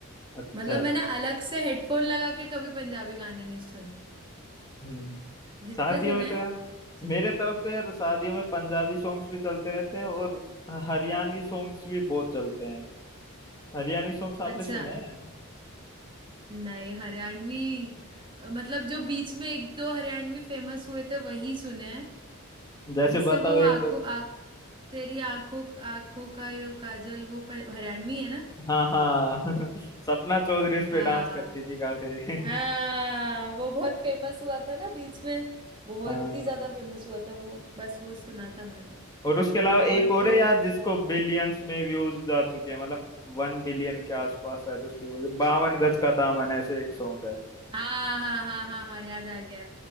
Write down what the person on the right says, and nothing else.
मतलब मैंने अलग से हेडफोन लगा के कभी पंजाबी गाने नहीं सुने <laughs>
जितने
सुने
हैं
जि-
अच्छा
नहीं हरियाणवी अ, मतलब जो बीच में एक दो हरियाणवी फेमस हुए थे वही सुने हैं
जिससे
वो
आंखों
आंख तेरी आंखों आंखों का यो काजल वो प- हरियाणवी है ना
हाँ
हाँ
वो बहुत फेमस हुआ था ना बीच में बहुत
ही ज्यादा फेमस हुआ था वो बस वो सुना था मैंने
और
तो
हाँ हाँ हाँ हाँ हाँ याद आ गया